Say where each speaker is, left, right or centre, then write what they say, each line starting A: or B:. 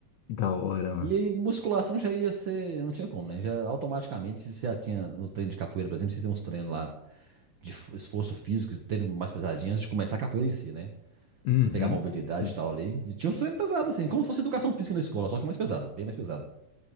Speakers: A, on the left; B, on the right.
A: da hora, mano.
B: E aí, musculação já ia ser... Não tinha como, né? Já automaticamente, se já tinha no treino de capoeira, por exemplo, você tem uns treinos lá de esforço físico, de mais pesadinho antes de começar a capoeira em si, né? Pra
A: Uhum,
B: você pegar a mobilidade
A: sim,
B: e tal ali. E tinha uns treinos pesados, assim, como se fosse educação física na escola, só que mais pesado, bem mais pesado.